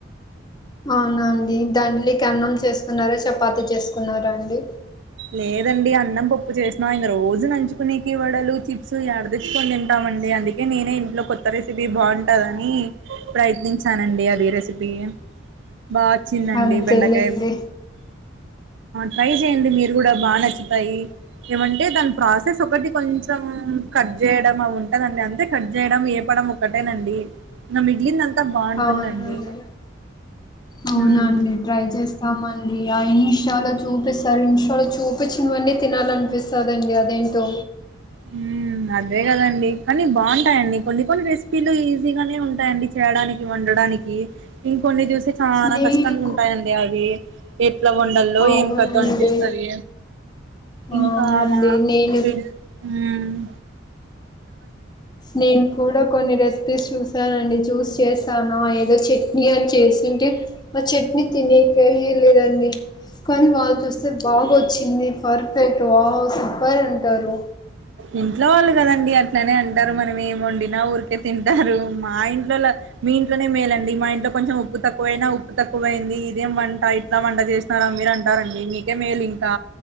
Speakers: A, on the left; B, on the right.
A: అవునాండి దానిలోకి అన్నం చేసుకున్నారా చపాతి చేసుకున్నారా అండి
B: లేదండి అన్నం పప్పు చేసినా ఇం రోజు నలంచుకునేకి వడలు చిప్స్ ఎడ తెచ్చుకుని తింటాం అండి అందుకే నేనే ఇంట్లో కొ కొత్త రెసిపీ బావుంటాదని ప్రయత్నించానండి అది రెసిపీ బా చ్చిందండి
A: అంతేలేండి
B: బెండకాయ ట్రై చేయండి మీరు ఇది కూడా బానచ్చుతాయి ఏమంటే దాని ప్రాసెస్ ఒకటి కొంచెం కట్ చేయడం అవి ఉంటదండి అంతే కట్ చేయడం ఏపడం ఒకటేనండి మిగిలినం అంత బావుంటుందండి
A: అవునండి అవునండి
B: మ్
A: ట్రై చేస్తామండి ఆ ఇన్స్టాలో చూపిస్ ఆఇన్షాల చూపించినవన్నీ తినాలనిపిస్తాదండి అదేంటో
B: హ్మ్ అదే కదండి కానీ బావుంటాయండి కొన్ని కొన్ని రెసిపీలు ఈజీగానే ఉంటాయండి చేయడానికి వండడానికి ఇంకొన్ని చూస్తే చానా
A: నేను
B: కష్టంగా ఉంటాయండి అవి ఎట్లా వండల్లో
A: అవునండి
B: ఏం <unintelligible> అనిపిస్తాది ఇంకా
A: అవునండి
B: నా
A: నేను
B: ప హ్మ్
A: నేను కూడా కొన్ని రెసిపీస్ చూసానండి చూసి చేసాను ఏదో చట్నీ అని చేసింటే మ చట్నీ తినీకే ఈల్లేదండి కానీ వాళ్ళు చూస్తే బాగొచ్చింది పర్ఫెక్ట్ వావ్ సూపర్ అంటారు
B: ఇంట్లో వాళ్ళు కదండీ అట్లనే అంటారు మనం ఏం వండినా ఊరికే తింటారు మా ఇంట్లో మీ ఇంట్లోనే మేలండి మా ఇంట్లో కొంచెం ఉప్పు తక్కువ వైనా ఉప్పు తక్కువైయింది ఇదేం వంట ఇట్లా వంట చేస్త మీరు అంటారండి మీకే మేలు ఇంకా